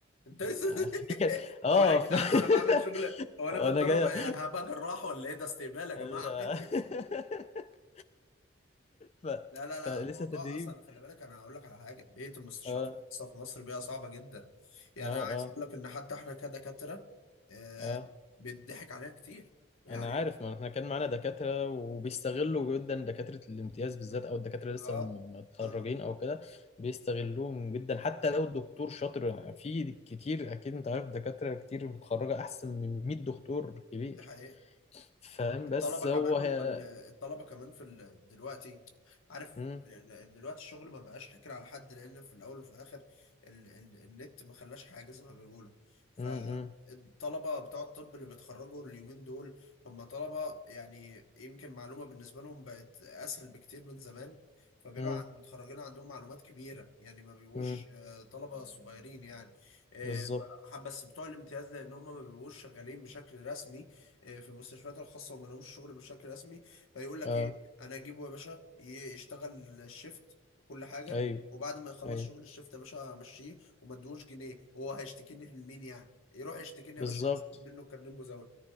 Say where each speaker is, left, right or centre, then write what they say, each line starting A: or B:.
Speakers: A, on the left; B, on the left.
A: انت لسه
B: آه،
A: <laughs>
B: فدي كانت اه
A: هو إيه يا
B: ف...
A: جدعان وانا بعمل شغل
B: <laughs>
A: هو انا
B: انا
A: بتدرب
B: جاي
A: إيه؟ انا هبقى جراح ولا ايه ده استقبال يا جماعه
B: ال-
A: <laughs>
B: <laughs> ف...
A: لا لا
B: فلسه
A: لا الموضوع
B: تدريب
A: اصلا خلي بالك انا هقول لك على حاجه بيئه المستشفيات
B: اه
A: الخاصه في مصر بيئه صعبه جدا يعني
B: اه
A: انا عايز
B: اه
A: اقول لك ان حتى احنا كدكاتره آه
B: اه
A: بيتضحك علينا كتير يعني
B: انا عارف ما احنا كان معانا دكاتره وبيستغلوا جدا دكاتره الامتياز بالذات او الدكاتره لسه
A: اه
B: م- متخرجين
A: اه
B: او كده بيستغلوهم جدا حتى لو الدكتور شاطر في كتير اكيد انت عارف دكاتره كتير متخرجه احسن من 100 دكتور كبير
A: دي حقيقه
B: فاهم
A: الطلبه
B: بس هو
A: كمان
B: هي...
A: والطلبه كمان في ال... دلوقتي عارف
B: مم.
A: ال- ال- دلوقتي الشغل ما بقاش حكر على حد لان في الاول وفي الاخر ال... ال... النت ما خلاش حاجه زي ما بيقولوا فالطلبه
B: مم.
A: بتوع الطب اللي بيتخرجوا اليومين دول هم طلبه يعني يمكن معلومه بالنسبه لهم بقت اسهل بكتير من زمان فبيبقى
B: مم.
A: عن- متخرجين عندهم معلومات كبيره يعني ما بيبقوش
B: مم.
A: آه، طلبه صغيرين يعني آه،
B: بالظبط
A: ف- بس بتوع الامتياز لان هم ما بيبقوش شغالين بشكل رسمي آه، في المستشفيات الخاصه وما لهمش شغل بشكل رسمي فيقول لك
B: اه
A: ايه انا اجيبه يا باشا ي- يشتغل الشيفت وكل حاجه
B: ايوه
A: وبعد ما يخلص
B: ايوه
A: شغل الشيفت يا باشا امشيه وما ادوش جنيه وهو هيشتكيني لمين يعني يروح يشتكيني
B: بالظبط
A: يا باشا يتسحب منه كارنيه مزاول